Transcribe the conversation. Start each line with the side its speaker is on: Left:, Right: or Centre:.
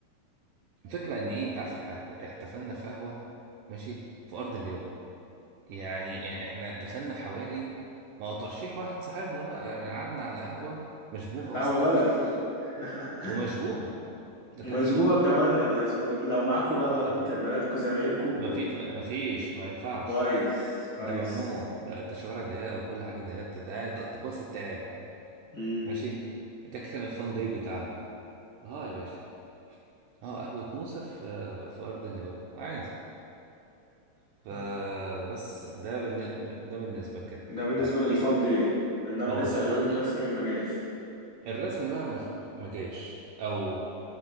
Right: الفكرة ان ايه انت عارف احنا احتفلنا في قهوة ماشي في ارض اللواء يعني احنا دخلنا حواري ما هو ترشيح واحد صاحبنا بقى يعني قعدنا على قهوة مشبوهة
Left: <laughs> قهوه
Right: اصلا
Left: بلدي <laughs>
Right: <laughs> ومشبوهة ده كان
Left: مشبوهة كمان يا نهار اسود لو معاكوا بقى
Right: آه،
Left: بنات بناتكوا زمايلكوا
Right: ما
Left: كنت
Right: في ما ما فيش ما ينفعش
Left: كويس كويس
Right: ده ممنوع ده انت شوارع ضيقة وكل حاجة ضيقة انت قاعد أنت كويس انت قاعد
Left: مم.
Right: ماشي ده كان الفان داي بتاعنا اه يا باشا اه قهوة موسى في آه، في ارض اللواء عادي فبس
Left: <laughs>
Right: ده بالن... ده بالنسبة كده
Left: ده بالنسبة
Right: طيب
Left: للفان
Right: إيه؟
Left: دي انما
Right: اه
Left: لسه
Right: ده الفان
Left: اليوم الرسمي ما جاش
Right: الرسمي بقى ما... ما جاش او